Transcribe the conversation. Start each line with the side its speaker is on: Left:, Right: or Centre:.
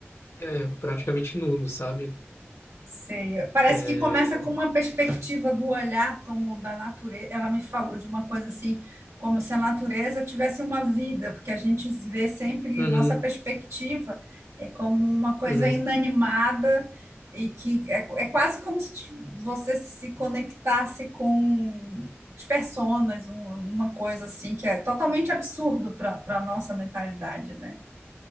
Left: é praticamente nulo, sabe?
Right: Sei. Parece
Left: É,
Right: que começa com uma perspectiva do olhar como da natureza. Ela me falou de uma coisa assim, como se a natureza tivesse uma vida, porque a gente vê sempre
Left: uhum,
Right: a nossa perspectiva é como uma coisa
Left: uhum.
Right: inanimada e que é, é quase como se ti- você se conectasse com as personas, um- uma coisa assim que é totalmente absurdo para para nossa mentalidade, né?